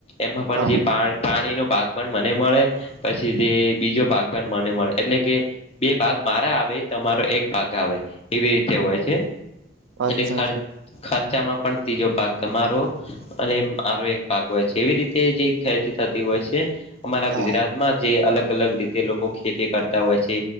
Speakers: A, on the left; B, on the right.
A: એમાં પણ
B: હા
A: જે પા પાણીનો ભાગ પણ મને મળે પછી જે બીજો ભાગ પણ મને મળે એટલે કે બે ભાગ મારા આવે તમારો એક ભાગ આવે એવી રીતે હોય છે
B: વાત
A: અને
B: સાચી
A: ખર્ચ ખર્ચામાં પણ ત્રીજો ભાગ તમારો અને મારો એક ભાગ હોય છે એવી રીતે જે ખેતી થતી હોય છે અમારા
B: હા
A: ગુજરાતમાં જે અલગ અલગ રીતે લોકો ખેતી કરતા હોય છે